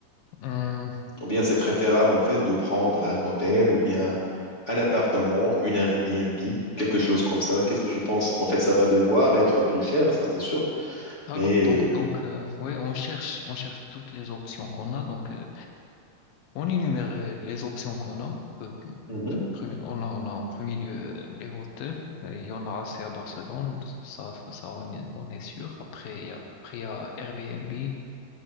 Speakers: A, on the left; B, on the left.
A: Hum,
B: Ou bien c'est préférable en fait de prendre un hôtel ou bien un appartement, une Airbnb, quelque chose comme ça. Qu'est-ce que tu penses? En fait, ça va devoir être plus cher, ça c'est sûr.
A: d'accord.
B: Mais euh,
A: Donc donc euh, ouais, on cherche on cherche toutes les options qu'on a. Donc euh, on énumère euh, les options qu'on a. euh,
B: mhm,
A: Premi- On a, on a en premier lieu euh, les hôtels. Et Il y en a assez à Barcelone, ça, ça on, est on est sûr. Après, il y a, après, il y a Airbnb.